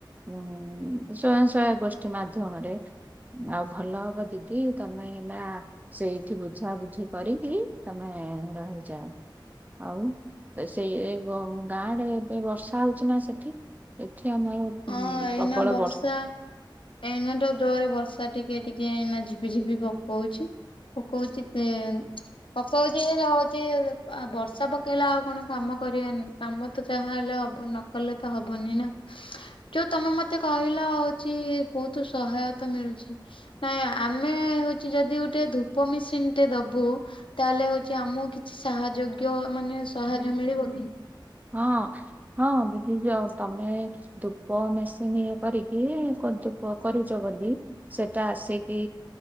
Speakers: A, on the right; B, on the left.
A: ହୁଁ ସ୍ୱୟଂ ସହାୟକ ଗୋଷ୍ଠୀ ମାଧ୍ୟମରେ ଆଉ ଭଲ ହବ ଦିଦି ତମେ ହେଲା ସେଇଠି ବୁଝାବୁଝି କରିକି ତମେ ରହିଯାଅ। ଆଉ ସେଇ ଗ ଗାଁ ଗାଁ ରେ ଏବେ ବର୍ଷା ହଉଛି ନା ସେଠି ସେଠି ଆମର ଉଁ
B: ହଁ ଏଇନା
A: ପ୍ରବଳ
B: ବର୍ଷା ଏଇନା ଟା ଦୋରେ ବର୍ଷା ଟିକେ ଟିକେ ଏଇନା ଝିପି ଝିପି ପକଉଛି ପକଉଛି <unintelligible> ପକଉଛି ହଉଛି ବର୍ଷା ପକେଇଲା ଆଉ କଣ କାମ କରିବାରାନି କାମ ତ ଯାହା ହେଲେ ହବ ନକଲେ ତ ହବନି ନା। ଯୋଉ ତମେ ମତେ କହିଲ ହଉଛି ବହୁତ ସହାୟତା ମିଳୁଛି। ନାଇଁ ଆମେ ହଉଛି ଯଦି ଗୋଟେ ଧୂପ ମେସିନ ଟେ ଦବୁ ତାହେଲେ ହଉଛି ଆମକୁ କିଛି ସାହାଯୋଗ୍ୟ ମାନେ ସାହାଯ୍ୟ ମିଳିବ କି?
A: ହଁ ହଁ ଦିଦି ଯ ତମେ ଧୂପ ମେସିନି କରିକି ଧୂପ କରିଛ ବୋଲି ସେଟା ଆସିକି